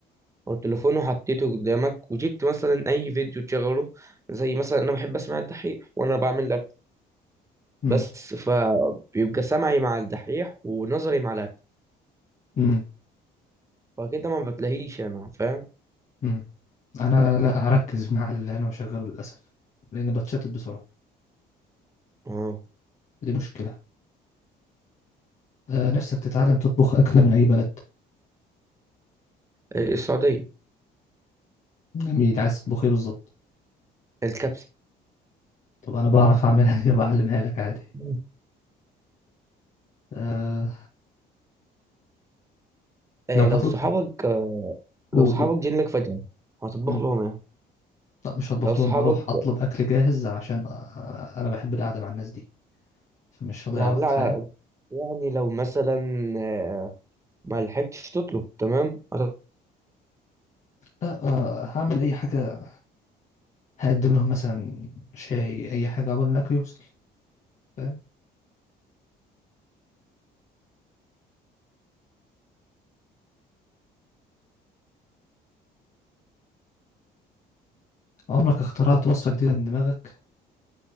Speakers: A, on the right; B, on the left.
A: او التليفون وحطيته قدامك وجبت مثلا اي فيديو تشغله زي مثلا انا بحب اسمع الدحيح وانا بعمل اكل
B: امم
A: بس فبيبقى سمعي مع الدحيح ونظري مع الاكل
B: امم
A: فكده ما بتلاقيش انا فاهم
B: امم انا لا هركز مع اللي انا مشغله للاسف لاني بتشتت بسرعه
A: اه
B: دي مشكله أه نفسك تتعلم تطبخ اكله من اي بلد
A: إيه السعوديه
B: جميل عايز تطبخ ايه بالظبط
A: الكبسه
B: طب انا بعرف اعملها <laughs> دي بعلمها لك عادي
A: مم.
B: أه
A: إيه
B: لو
A: لو
B: هتطبخ
A: صحابك لو
B: قول
A: صحابك
B: قول
A: جيلك فجاه هتطبخ
B: مم.
A: لهم إيه؟
B: لا مش هطبخ
A: لو صحابك
B: لهم هروح اطلب اكل جاهز عشان أ- انا بحب القعده مع الناس دي فمش هضيع
A: يعني
B: وقت
A: لا لا
B: فاهم
A: يعني لو مثلا آه، ما لحقتش تطلب تمام أت-
B: لا أه هعمل اي حاجه هقدم لهم مثلا شاي اي حاجه عقبال ما الاكل يوصل فاهم عمرك اخترعت وصفه جديده من دماغك